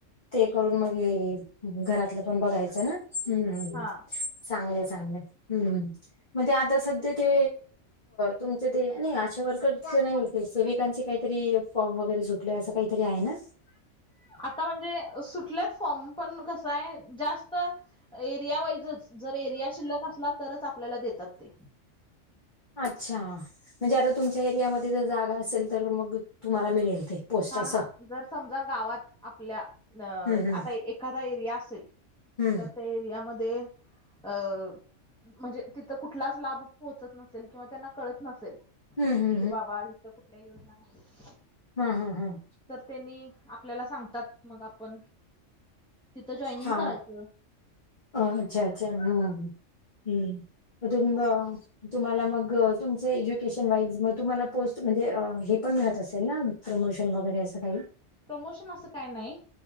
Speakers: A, on the left (about 40°); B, in the centre.
A: ते करून मग हे हि, घरातलं पण बघायचं ना ह्म ह्म.
B: हा
A: चांगलय चांगलय ह्म म्हणजे आता सध्या ते तुमच ते नहीं अश वर्करचे नाही ते सेविकांचे काहीतरी फॉर्म, वगैरे सुटले असं काहीतरी आहे ना?
B: आता म्हणजे सु कुठल्या फॉर्म पण कस आहे, जास्त एरिया वाईजच जर एरिया शिल्लक असला तरच आपल्याला देतात ते.
A: अच्छा म्हणजे आता तुमच्या एरियामध्ये जर जागा असेल, तर मग तुम्हाला मिळेल ते? पोस्ट
B: हा
A: असं
B: हा जर समजा गावात, आपल्या अ
A: हम्म
B: आता एखादा एरिया असेल
A: हम्म
B: तर त्या एरियामध्ये, अं म्हणजे तिथं कुठलाच लाभ पोहोचत नसेल किंवा त्यांना कळत नसेल.
A: हम् हम.
B: कि बाबा इथं कुठल्याही योजना नाही.
A: ह्म ह्म ह्म.
B: तर त्यांनी आपल्याला सांगतात, मग आपण तिथं जॉईनिंग
A: हा
B: करायचं.
A: अ अच्छा-अच्छा, हं ह्म हम्म मग तुंग तुम्हाला मग तुमच एज्युकेशन वाईज, मग तुम्हाला पोस्ट म्हणजे हे पण मिळत असेल ना? प्रमोशन वगैरे असं काही?
B: प्रमोशन असं काय नाही,